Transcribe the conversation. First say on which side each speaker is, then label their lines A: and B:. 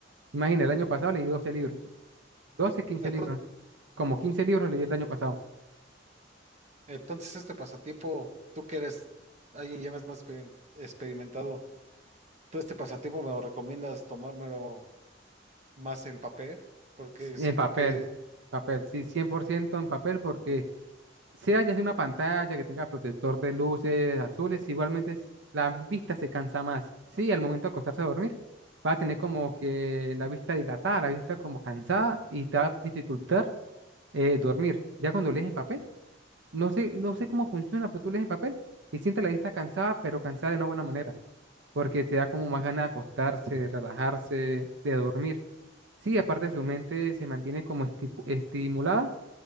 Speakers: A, on the right; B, on the right.
A: Imagina, el año pasado leí 12 libros. doce quince
B: entonces
A: libros. Como quince libros leí el año pasado.
B: Entonces, este pasatiempo, tú que eres alguien ya más, más experim- experimentado, ¿tú este pasatiempo me lo recomiendas tomármelo más en papel? Porque
A: En
B: siento
A: papel.
B: que,
A: Papel, sí, 100% en papel porque sea ya sea una pantalla que tenga protector de luces azules, igualmente es- la vista se cansa más. Sí, al momento de acostarse a dormir, va a tener como que la vista dilatada, la vista como cansada y te va a dificultar eh, dormir. Ya cuando lees en papel, No sé, no sé cómo funciona, pero tú lees el papel y sientes la vista cansada, pero cansada de una buena manera, porque te da como más ganas de acostarse, de relajarse, de dormir. Sí, aparte su mente se mantiene como estipu- estimulada,